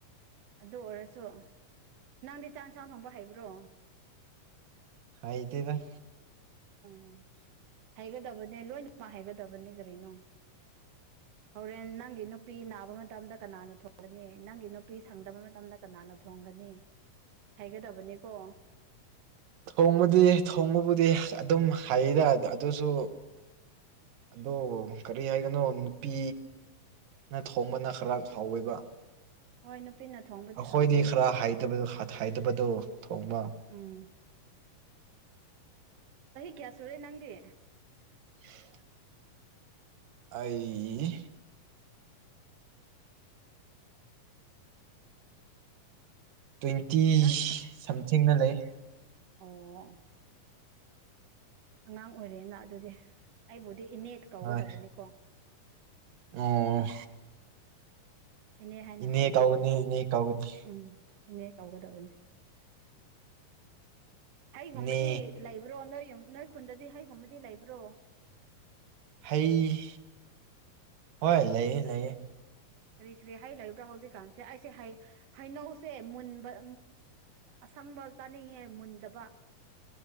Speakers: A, on the right; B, on the right.
A: ꯑꯗꯨ ꯑꯣꯏꯔꯁꯨ ꯅꯪꯗꯤ ꯆꯥꯛ ꯏꯟꯁꯥꯡ ꯊꯣꯡꯕ ꯍꯩꯕ꯭ꯔꯣ
B: ꯍꯥꯏꯗꯦꯗ
A: ꯎꯝ ꯍꯩꯒꯗꯕꯅꯦ ꯂꯣꯏꯅ ꯃꯥ ꯍꯩꯒꯗꯕꯅꯦ ꯀꯔꯤꯅꯣ ꯍꯣꯔꯦꯟ ꯅꯪꯒꯤ ꯅꯨꯄꯤ ꯅꯥꯕ ꯃꯇꯝꯗ ꯀꯅꯥꯅ ꯊꯣꯡꯒꯅꯤ ꯅꯪꯒꯤ ꯅꯨ ꯅꯨꯄꯤ ꯁꯪꯗꯕ ꯃꯇꯝꯗ ꯀꯅꯥꯅ ꯊꯣꯡꯒꯅꯤ ꯍꯥꯏꯒꯗꯕꯅꯤꯀꯣ
B: ꯊꯣꯡꯕꯗꯤ ꯊꯣꯡꯕꯕꯨꯗꯤ ꯑꯗꯨꯝ ꯍꯩꯑꯦꯗ ꯑꯗꯨꯁꯨ ꯑꯗꯣ ꯀꯔꯤ ꯍꯥꯏꯕꯅꯣ ꯅꯨꯄꯤ ꯅꯊꯣꯡꯕꯅ ꯈꯔ ꯍꯥꯎꯋꯦꯕ
A: ꯍꯣꯏ ꯅꯨꯄꯤꯅ ꯊꯣꯡꯕꯗꯤ
B: ꯑꯩꯈꯣꯏꯗꯤ
A: ꯍꯥꯎꯕꯅꯦ
B: ꯈꯔ ꯍꯩꯇꯕꯗꯣ ꯊꯣꯡꯕ
A: ꯎꯝ ꯆꯍꯤ ꯀꯌꯥ ꯁꯨꯔꯦ ꯅꯪꯗꯤ
B: <unintelligible> ꯑꯩ ꯇ꯭ꯋꯦꯟꯇꯤ
A: ꯅꯪ
B: ꯁꯝꯊꯤꯡꯗ ꯂꯩ
A: ꯑꯣ ꯑꯉꯥꯡ ꯑꯣꯏꯔꯦꯅ ꯑꯗꯨꯗꯤ ꯑꯩꯕꯨꯗꯤ ꯏꯅꯦꯠ ꯀꯧꯒꯗꯕꯅꯤꯀꯣ
B: ꯍꯣꯏ ꯑꯣ
A: ꯑꯦꯅꯦ ꯍꯥꯏꯅ
B: ꯏꯅꯦ
A: ꯀꯧꯒꯗꯕꯅꯦ
B: ꯀꯧꯒꯅꯤ ꯏꯅꯦ ꯀꯧꯒꯅꯤ
A: ꯎꯝ ꯏꯅꯦ ꯀꯧꯒꯗꯕꯅꯤ ꯑꯩꯒꯨꯝꯕꯗꯤ
B: ꯏꯅꯦ
A: ꯂꯩꯕ꯭ꯔꯣ ꯅꯣꯏ ꯌꯨꯝ ꯅꯣꯏ ꯈꯨꯟꯗꯗꯤ ꯍꯩꯒꯨꯝꯕꯗꯤ ꯂꯩꯕ꯭ꯔꯣ
B: ꯍꯩ ꯍꯣꯏ ꯂꯩꯌꯦ ꯂꯩꯌꯦ
A: ꯀꯔꯤ ꯀꯔꯤ ꯍꯥꯏ ꯂꯩꯕ꯭ꯔꯥ ꯍꯧꯖꯤꯛꯀꯥꯟꯁꯦ ꯑꯩꯁꯦ ꯍꯥꯏ ꯍꯩꯅꯧꯁꯦ ꯃꯨꯟꯕ ꯑꯁꯪꯕ ꯇꯥꯅꯤꯡꯉꯦ ꯃꯨꯟꯗꯕ